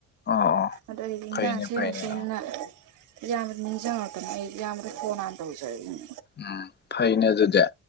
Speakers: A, on the left; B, on the right.
A: ꯑꯣ
B: ꯑꯗꯣ ꯑꯩꯗꯤ ꯏꯟꯖꯥꯡ
A: ꯐꯩꯅꯦ
B: ꯁꯦꯝꯅ
A: ꯐꯩꯅꯦ
B: ꯁꯦꯝꯅ
A: ꯑ
B: ꯏꯌꯥꯝꯕꯖꯦ ꯅꯤꯡꯖꯪꯉꯛꯇꯅ ꯑꯩ ꯏꯌꯥꯝꯕꯗ ꯐꯣꯟ ꯍꯥꯟ ꯇꯧꯖꯔꯛꯏꯅꯤ
A: ꯎꯝ ꯐꯩꯅꯦ ꯑꯗꯨꯗꯤ